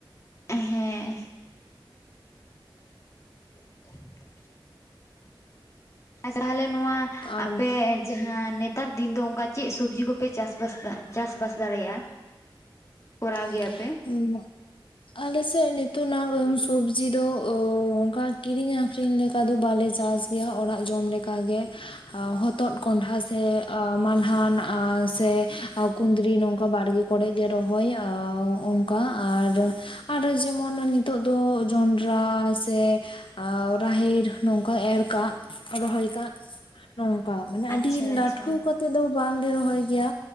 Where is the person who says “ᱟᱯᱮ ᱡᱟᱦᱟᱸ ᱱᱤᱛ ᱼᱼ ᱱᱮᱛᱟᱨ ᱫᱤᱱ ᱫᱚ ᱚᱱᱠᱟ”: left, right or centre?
Left